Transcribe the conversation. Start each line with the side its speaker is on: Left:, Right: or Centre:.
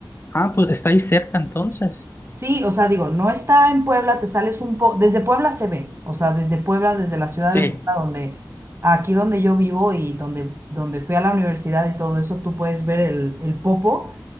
Left: Ah, pues está ahí cerca entonces.
Right: Sí, o sea, digo, no está en Puebla, te sales un poco, desde Puebla se ve, o sea, desde Puebla, desde la ciudad
Left: Sí.
Right: de Puebla, donde, aquí donde yo vivo y donde, donde fui a la universidad y todo eso, tú puedes ver el, el Popo